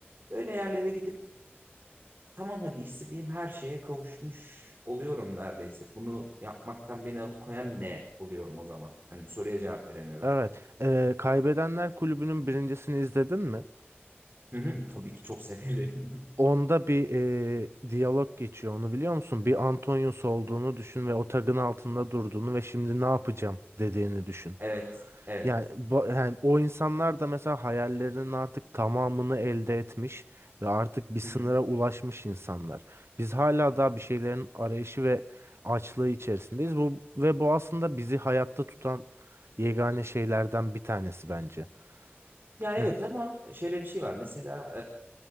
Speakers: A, on the right; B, on the right.
A: Böyle yerlere gidip tamam hadi istediğim her şeye kavuşmuş oluyorum neredeyse. Bunu yapmaktan beni alıkoyan ne oluyorum o zaman? Hani bu soruya cevap veremiyorum.
B: Evet. Ee, Kaybedenler Kulübü'nün birincisini izledin mi?
A: Hı hı, tabii ki çok severim. <laughs>
B: Onda bir ee, diyalog geçiyor. Onu biliyor musun? Bir Antonius olduğunu düşün ve o tagın altında durduğunu ve şimdi ne yapacağım dediğini düşün.
A: Evet, evet.
B: Yani, bu- yani o insanlar da mesela hayallerinin artık tamamını elde etmiş ve artık bir sınıra
A: Hı hı.
B: ulaşmış insanlar. Biz hala daha bir şeylerin arayışı ve açlığı içerisindeyiz. Bu ve bu aslında bizi hayatta tutan yegane şeylerden bir tanesi bence.
A: Ya
B: Mes-
A: evet ama şöyle bir şey var. Mesela